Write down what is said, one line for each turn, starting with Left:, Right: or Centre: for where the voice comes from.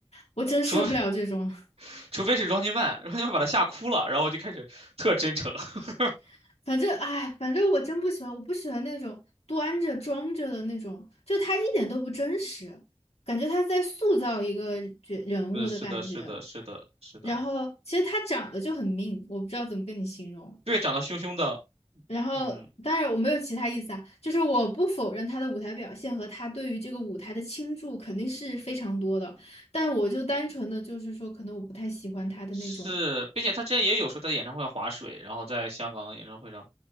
Left: 我真受不了这种。
Right: 除非 <laughs> 除非是 Running Man，Running Man 把他吓哭了，然后就开始特真诚，<laughs>
Left: <laughs> 反正哎，反正我真不喜欢，我不喜欢那种端着装着的那种，就他一点都不真实，感觉他在塑造一个角人物的感觉。
Right: 是是的是的是的是的，
Left: 然后其实他长得就很命，我不知道怎么跟你形容。
Right: 对，长得凶凶的，
Left: 然后，
Right: 嗯，
Left: 当然我没有其他意思啊，就是我不否认他的舞台表现和他对于这个舞台的倾注肯定是非常多的，但我就单纯的就是说，可能我不太喜欢他的那种，
Right: 是，并且他之前也有说他的演唱会要划水，然后在香港的演唱会上。